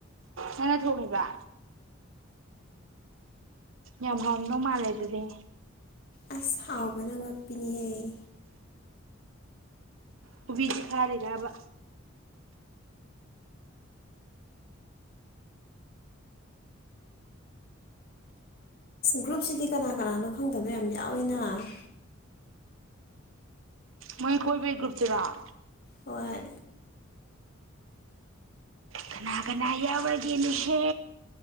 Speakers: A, on the right; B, on the left.
A: ꯅꯪꯅ ꯊꯣꯡꯉꯤꯕ ꯌꯥꯝ ꯍꯥꯎꯔꯝꯗꯧ ꯃꯥꯜꯂꯦ ꯑꯗꯨꯗꯤ
B: ꯑꯁ ꯍꯥꯎꯕꯅ ꯉꯛꯄꯤꯅꯤꯍ‌ꯦ
A: ꯈꯨꯕꯤ ꯆꯤꯛꯈꯥꯏꯅꯤ ꯅꯥꯕ
B: ꯒ꯭ꯔꯨꯞꯁꯤꯗꯤ ꯀꯅꯥ ꯀꯅꯥꯅꯣ ꯈꯪꯗꯕ ꯌꯥꯝ ꯌꯥꯎꯋꯤꯅ
A: ꯃꯣꯏ ꯀꯣꯏꯕꯩ ꯒ꯭ꯔꯨꯞꯇꯨꯔ‌ꯣ
B: ꯍꯣꯏ
A: ꯀꯅꯥ ꯀꯅꯥ ꯌꯥꯎꯔꯒꯦꯅ‌ꯦ ꯍꯦ